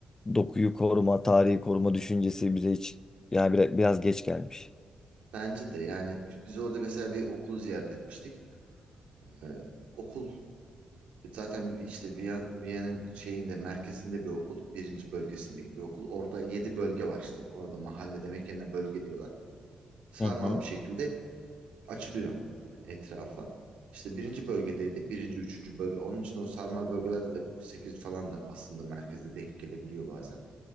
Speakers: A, on the left (about 25°); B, on the right (about 85°).
A: dokuyu koruma, tarihi koruma düşüncesi bize hiç yani biraz, biraz geç gelmiş.
B: Bence de yani biz orada mesela bir okul ziyaret etmiştik. Ee, okul zaten işte Viyan, Viyana'nın şeyinde merkezinde bir okul. Birinci bölgesindeki bir okul. Orada yedi bölge var işte. Orada mahalle demek yerine bölge diyorlar. Sarmal
A: Hı hı.
B: bir şekilde açılıyor etrafa. İşte birinci bölgedeydi. Birinci, üçüncü bölge. Onun için o sarmal bölgelerde de o sekiz falan da aslında merkeze denk gelebiliyor bazen.